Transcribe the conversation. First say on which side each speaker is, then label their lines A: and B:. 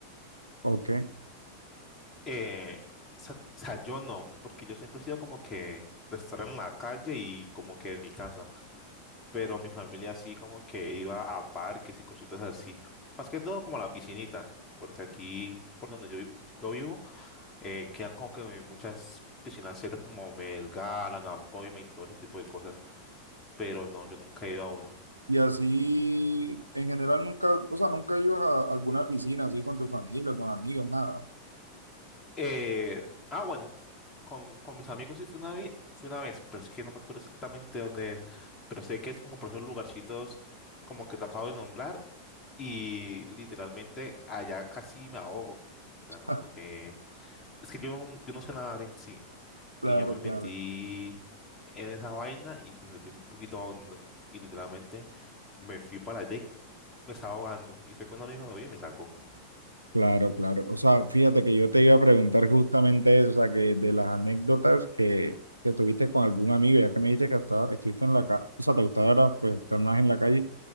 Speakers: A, on the right (about 85°); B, on the left (about 20°).
A: o qué?
B: Eh, sa- o sea, yo no, porque yo siempre he sido como que de estar en la calle y como que en mi casa. pero mi familia así como que iba a parques y cositas así. Más que todo como a la piscinita, porque aquí por donde yo, vi- yo vivo, eh, quedan como que muchas piscinas cercas como Melgar, Anapoima y todo ese tipo de cosas, pero no, yo nunca he ido a uno.
A: Y así, en general, nunca, o sea, nunca ibas a alguna piscina así con tu familia, con amigos, nada.
B: Eh, ah, bueno, con, con mis amigos sí fui una, vi- fui una vez, pero es que no me acuerdo exactamente dónde es, pero sé que es como por esos lugarcitos como que te acabo de nombrar y literalmente allá casi me ahogo. O sea, como
A: <laughs>
B: que... Es que yo, yo no sé nadar en sí.
A: Claro,
B: Y yo me metí
A: claro.
B: en esa vaina y pues me metí un poquito hondo. Y literalmente me fui para allá y me estaba ahogando. Y fue cuando un amigo me vio y me sacó.
A: Claro, claro. O sea, fíjate que yo te iba a preguntar justamente eso, o sea, que de las anécdotas que, que tuviste con algún amigo, ya que me dijiste que estaba- estuviste en la calle, o sea, te gustaba era, pues, estar más en la calle,